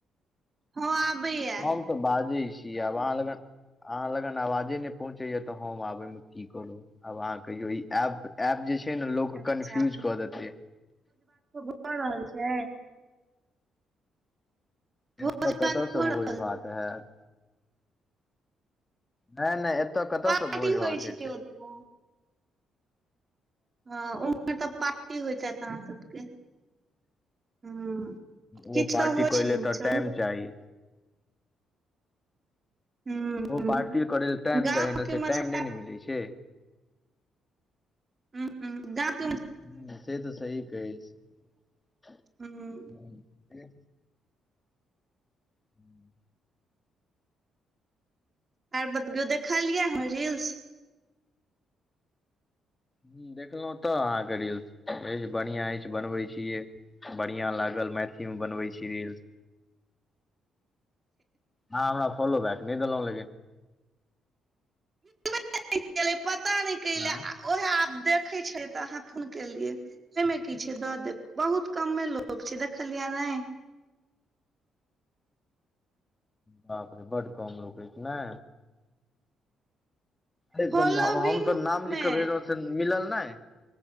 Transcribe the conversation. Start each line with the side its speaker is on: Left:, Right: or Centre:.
Right: हँ आबैया
Left: हम तऽ बाजै छि आब अहाँ लग अहाँ लगन आवाजे नइ पहुँचैए तऽ हम आबयमे की करू आब अहाँ कहियौ ई ऐप ऐप जे छै ने लोक
Right: अच्छा
Left: कन्फ्यूज कऽ देतै
Right: क रहल छै भोज
Left: एतऽ कत
Right: भात
Left: सँ
Right: भऽ
Left: भोज
Right: रहल
Left: भात हैत नय नय एतय कतयसँ
Right: पार्टी
Left: भोज
Right: होइ
Left: भात
Right: छै
Left: हेतै
Right: ओतऽ हँ उम्हर तऽ पार्टी होइत हैत अहाँ सबके हूँ
Left: ओ
Right: किछ
Left: पार्टी
Right: तऽ होइ
Left: करेले
Right: छै
Left: तऽ
Right: चलू
Left: टाइम चाही
Right: हूँ
Left: ओ
Right: हूँ
Left: पार्टी करै लेल टाइम
Right: गाँव
Left: चाही न
Right: के
Left: से
Right: मजा
Left: टाइम नइ ने मिलै छै
Right: हं हं <unintelligible>
Left: हं से तऽ सही कहै छी
Right: हूँ
Left: हं
Right: आर बतबियौ देखलियै हमर रील्स
Left: हं देखलहुँ तऽ अहाँके रिल्स अइछ बढ़िआं अछि बनबै छियै बढ़िआँ लागल मैथिलीमे बनबै छी रील आहां हमरा फॉलो बैक नइ देलउ लेकिन
Right: <inaudible> पता ने कइलै
Left: आँय
Right: ओएह आब देखै छय तऽ अहाँ फोन केलियै एइमे की छै दऽ देब बहुत कमे लोक छै देखलिया नइ
Left: बापरे बड कम लोक अइछ ने हम
Right: फॉलोविंग
Left: तऽ नाम लिख
Right: मे
Left: क भेनलउ से मिलल नय